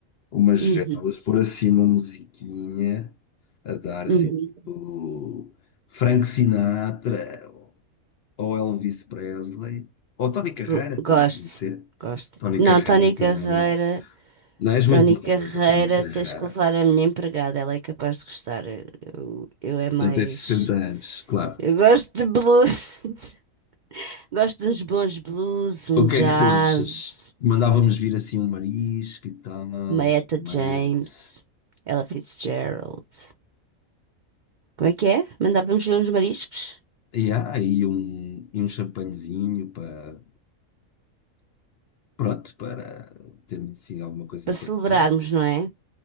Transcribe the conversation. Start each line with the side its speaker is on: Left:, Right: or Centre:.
Left: umas
Right: Uhum,
Left: velas, por assim uma musiquinha a dar
Right: uhum.
Left: assim, tipo. Frank Sinatra, ou Elvis Presley, ou Tony Carreira
Right: Go-
Left: também,
Right: Gosto.
Left: pode ser.
Right: Gosto.
Left: Tony
Right: Não,
Left: Carrara
Right: Tony
Left: também
Right: Carreira.
Left: é bom. Não, és muito
Right: Tony
Left: nova
Right: Carreira,
Left: para Tony Carrara.
Right: tens que levar a minha empregada, ela é capaz de gostar. Eu, eu é mais.
Left: Já tens 60 anos, claro.
Right: Eu gosto de blues, <laughs> gosto de uns bons blues, um
Left: O que
Right: jazz,
Left: é que tu achas? Mandávamos vir assim um marisco e tal,
Right: uma
Left: um
Right: Etta
Left: espumante.
Right: James, Ella Fitzgerald. Como é que é? Mandávamos ver uns mariscos
Left: E há aí um, e um champanhezinho para, pronto, para termos assim alguma coisa
Right: para celebrarmos,
Left: para comer.
Right: não é?